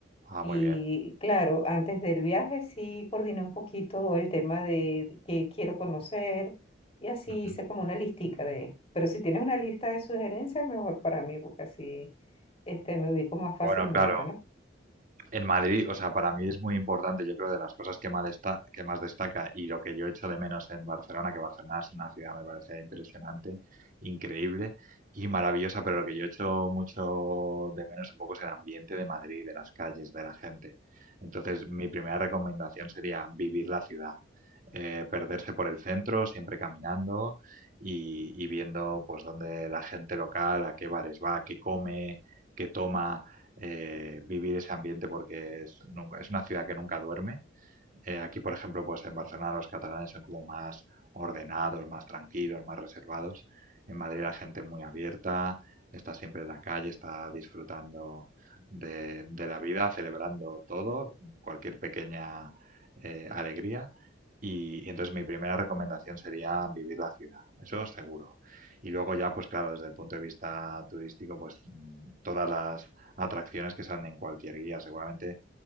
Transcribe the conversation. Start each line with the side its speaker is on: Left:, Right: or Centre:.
Right: ah,
Left: Y
Right: muy bien.
Left: claro, antes del viaje sí coordiné un poquito el tema de qué quiero conocer y así
Right: Ujú.
Left: hice como una listica de, pero si tienes una lista de sugerencias, mejor para mí, porque así este, me ubico más fácilmente,
Right: Bueno, claro,
Left: ¿no?
Right: en Madrid, o sea, para mí es muy importante, yo creo, de las cosas que más, desta- que más destaca y lo que yo echo de menos en Barcelona, que Barcelona es una ciudad, me parece impresionante, increíble y maravillosa, pero lo que yo echo mucho de menos un poco es el ambiente de Madrid, de las calles, de la gente. Entonces, mi primera recomendación sería vivir la ciudad, eh, perderse por el centro, siempre caminando y, y viendo pues dónde la gente local, a qué bares va, qué come, qué toma, eh, vivir ese ambiente porque es, nunca- es una ciudad que nunca duerme eh, aquí, por ejemplo, pues en Barcelona los catalanes son como más ordenados, más tranquilos, más reservados. En Madrid la gente muy abierta, está siempre en la calle, está disfrutando de, de la vida, celebrando todo, cualquier pequeña eh, alegría. Y, y entonces mi primera recomendación sería vivir la ciudad, eso seguro. Y luego ya, pues claro, desde el punto de vista turístico, pues mm, todas las atracciones que salen en cualquier guía, seguramente